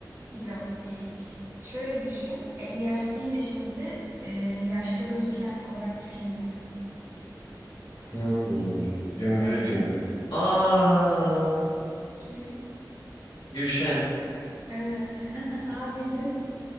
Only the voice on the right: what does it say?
Yok değil. Şöyle düşün 50 yaş deyince şimdi e, yaşlı gözüken olarak düşünme.
Öyle
ki.
Evet. <laughs> Bildin.